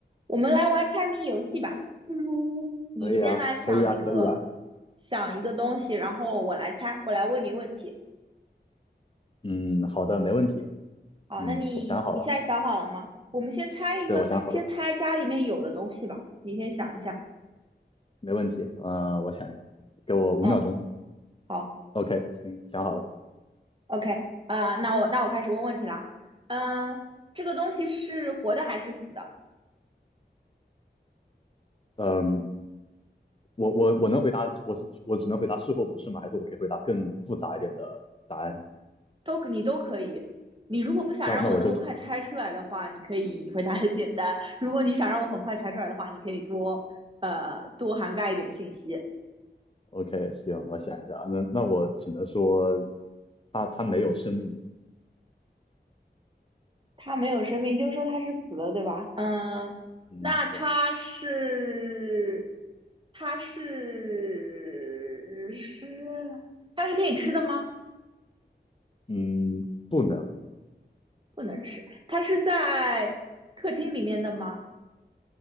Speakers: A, on the right; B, on the left.
A: 我们来玩猜谜游戏吧，不如你先来想一个，
B: 可以啊，可以啊，可以啊。
A: 想一个东西，然后我来猜，我来问你问题。
B: 嗯，好的，没问题。
A: 好，
B: 嗯，
A: 那你你现在想好了吗？
B: 我想好了，
A: 我们先猜一个，
B: 对，我想好了，
A: 先猜家里面有的东西吧。你先想一下。
B: 没问题。呃，我想一下，给我五秒钟。
A: 嗯，好
B: OK，行，想好了。
A: ，OK，呃，那我那我开始问问题啦。嗯、这个东西是活的还是死的？
B: 嗯，我我我能回答，我是我只能回答是或不是吗？还是我可以回答更复杂一点的答案？
A: 都你都可以。你如果不想让我那么快猜出来的话，
B: 那那我就
A: 你可以回答的简单；如果你想让我很快猜出来的话，你可以多呃多涵盖一点信息。
B: OK，行，我想一下。那那我只能说，它它没有生命。
A: 它没有生命，就说它是死了，对吧？嗯，
B: 嗯，
A: 那它是
B: 对，
A: 它是是它是可以吃的吗？
B: 嗯，不能，
A: 不能吃。它是在客厅里面的吗？